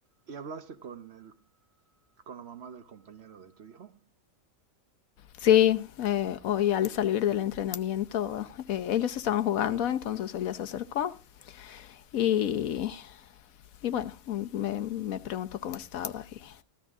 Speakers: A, on the right (about 55°); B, on the left (about 85°).
A: ¿Y hablaste con el, con la mamá del compañero de tu hijo
B: Sí, eh, hoy al salir del entrenamiento, eh, ellos estaban jugando, entonces ella se acercó y, y bueno, mm, me, me preguntó cómo estaba y